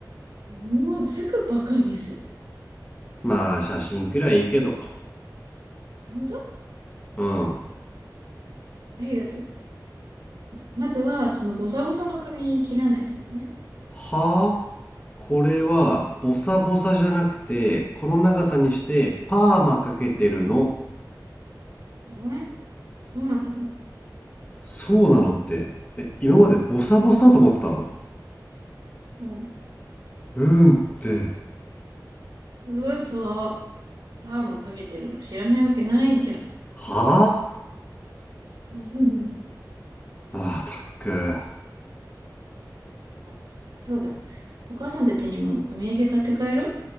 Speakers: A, on the right; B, on the left.
A: もうすぐバカにする。
B: まあ写真くらいいいけど
A: 本当あ
B: うんは
A: りがとう。まずは、そのボサボサの髪切らないとかね。
B: ぁこれはボサボサじゃなくてこの長さにしてパーマかけてるの
A: ねそうなの
B: そうなのってえ今までボサボサだと思ってたの
A: うん。
B: うんって
A: 嘘。パーマかけてるの知らないわけないじゃん。
B: はあ
A: うん
B: まあたっく
A: あ <laughs> そうだ。お母さんたちにもお土産買って帰る